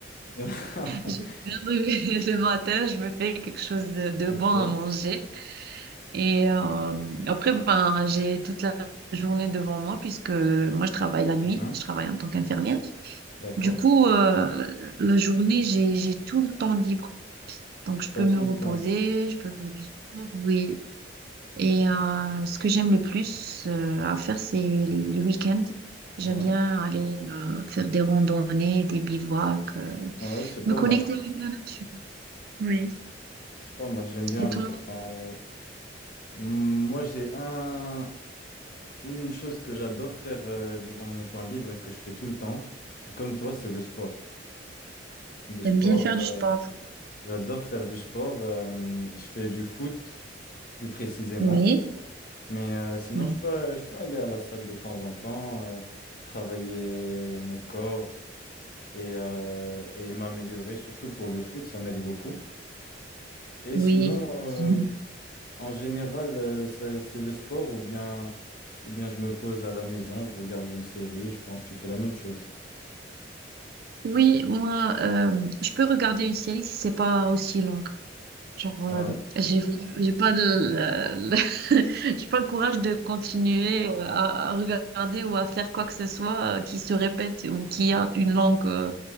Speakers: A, on the left; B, on the right.
A: <laughs>
B: J'ai faim <laughs> le matin, je me fais quelque chose de, de
A: Ok.
B: bon à manger. Et euh, après, ben, j'ai toute la journée devant moi puisque moi, je travaille la nuit,
A: Mhm.
B: je travaille en tant qu'infirmière.
A: D'accord.
B: Du coup, euh, la journée, j'ai, j'ai tout le temps libre. Donc, je peux
A: T'as tout
B: me reposer,
A: le temps libre.
B: je peux faire du sport, oui. Et euh, ce que j'aime le plus euh, à faire, c'est les, les week-ends. J'aime
A: Ouais.
B: bien aller euh, faire des randonnées, des bivouacs, euh,
A: Ouais, c'est
B: me
A: pas
B: connecter
A: mal ça.
B: avec la nature. Oui.
A: C'est pas mal, j'aime bien.
B: Et
A: mais,
B: toi,
A: euh, moi, j'ai un, une chose que j'adore faire euh, durant mon temps libre et que je fais tout le temps. C'est comme toi, c'est le sport. Le sport,
B: t'aimes bien faire du
A: euh,
B: sport?
A: j'adore faire du sport. euh, je fais du foot, plus précisément.
B: Oui,
A: Mais euh, sinon,
B: oui,
A: je peux, je peux aller à la salle de temps en temps, euh, travailler mon corps et, euh, et m'améliorer, surtout pour le foot, ça m'aide beaucoup. Et
B: oui.
A: sinon,
B: <laughs>
A: euh, en général, euh, c'est c'est le sport ou bien, ou bien je me pose à la maison, je regarde une série, je pense que tu fais la même chose.
B: Oui, moi, euh, je peux regarder une série si c'est pas aussi longue. Genre,
A: Ouais.
B: euh, j'ai j'ai pas de, le- le- <laughs> j'ai pas le courage de continuer euh, à, à regarder ou à faire quoi que ce soit euh, qui se répète ou qui a une longue euh,